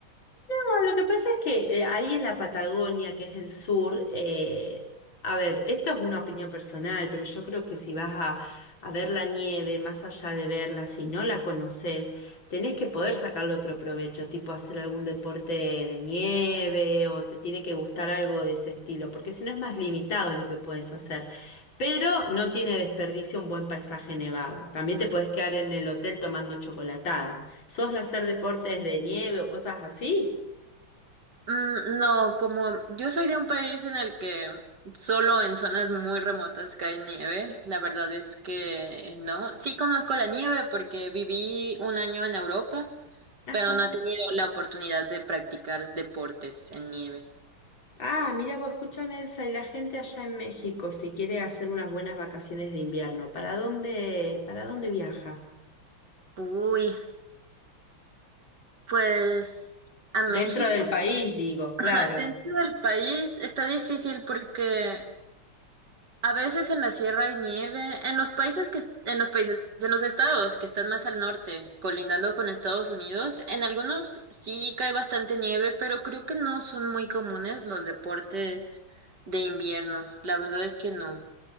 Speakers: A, on the left; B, on the right.
A: No, lo que pasa es que eh, ahí en la Patagonia, que es el sur, eh, a ver, esto es una opinión personal, pero yo creo que si vas a, a ver la nieve, más allá de verla, si no la conoces, tenés que poder sacarle otro provecho, tipo hacer algún deporte de nieve o te tiene que gustar algo de ese estilo, porque si no es más limitado lo que puedes hacer. Pero no tiene desperdicio un buen paisaje nevado. También te puedes quedar en el hotel tomando chocolatada. ¿Sos de hacer deportes de nieve o cosas así?
B: Mm, no, como yo soy de un país en el que solo en zonas muy remotas cae nieve, la verdad es que eh, no. Sí conozco la nieve porque viví un año en Europa,
A: Ajá.
B: pero no he tenido la oportunidad de practicar deportes en nieve.
A: Ah, mira vos, escúchame, Elsa, y la gente allá en México, si quiere hacer unas buenas vacaciones de invierno, ¿para dónde, para dónde viaja?
B: Uy, pues a
A: Dentro
B: México,
A: del país, digo,
B: <laughs>
A: claro,
B: ajá, dentro del país está difícil porque a veces en la sierra hay nieve, en los países que, en los países, en los estados que están más al norte, colindando con Estados Unidos, en algunos sí cae bastante nieve, pero creo que no son muy comunes los deportes de invierno. La verdad es que no.